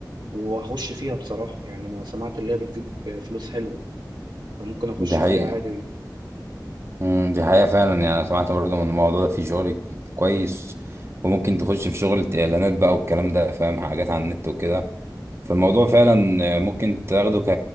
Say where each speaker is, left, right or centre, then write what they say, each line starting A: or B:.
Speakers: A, on the right (about 80°); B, on the right (about 35°).
A: وهخش فيها بصراحه يعني انا سمعت اللي هي بتجيب فلوس حلوه فممكن اخش
B: ده
A: فيها
B: حقيقة
A: عادي
B: امم دي حقيقة فعلا يعني أنا سمعت برضه من الموضوع ده في شغل كويس وممكن تخش في شغل إعلانات بقى والكلام ده فاهم حاجات على النت وكده فالموضوع فعلا ممكن تاخده ك...